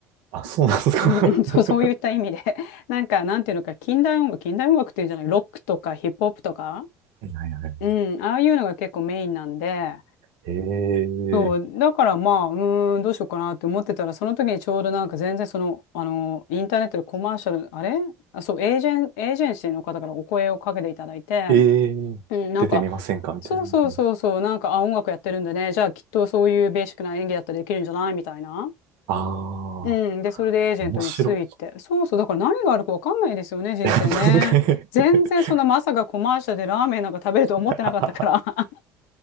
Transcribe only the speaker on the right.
あ、そうなんですか。
<laughs>
はいはいはい。
ええー
ええー出てみませんかみたいな感じです。
ああ、
面白
い。<laughs> 確かに。
<laughs> あ